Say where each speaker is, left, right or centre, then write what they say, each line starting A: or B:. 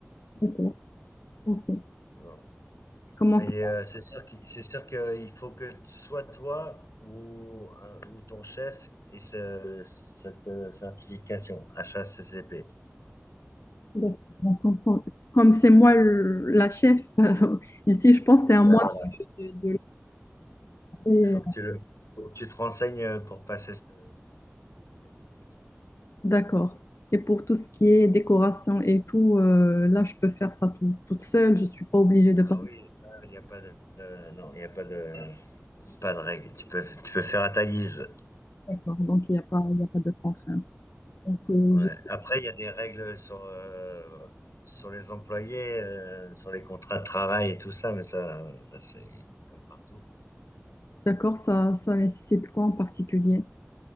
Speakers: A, on the left; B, on the left.
A: D'accord. Ok. Je
B: hein.
A: commence.
B: Mais euh, c'est sûr qu'il, c'est sûr qu'il faut que soit toi ou, euh, ou ton chef ait ce- cette euh, certification HACCP.
A: D'accord. Bon, Comme ça- comme c'est moi le- la chef, <laughs> ici, je pense que c'est à
B: Ben
A: moi
B: ouais,
A: de, de lancer,
B: Il faut que tu le, faut que tu te renseignes euh, pour passer ce- cette qualification.
A: D'accord. Et pour tout ce qui est décoration et tout, euh, là, je peux faire ça tout- toute seule. Je ne suis pas obligée de passer.
B: Ah oui, il n'y a pas de, euh, non, il n'y a pas de, pas de règles. Tu peux, tu peux faire à ta guise.
A: D'accord. Donc, il n'y a pas, il y a pas de contrainte. Donc, euh,
B: Ouais.
A: je-
B: Après, il y a des règles sur, euh, sur les employés, euh, sur les contrats de travail et tout ça, mais ça, ça c'est comme partout.
A: D'accord, ça, ça nécessite quoi en particulier?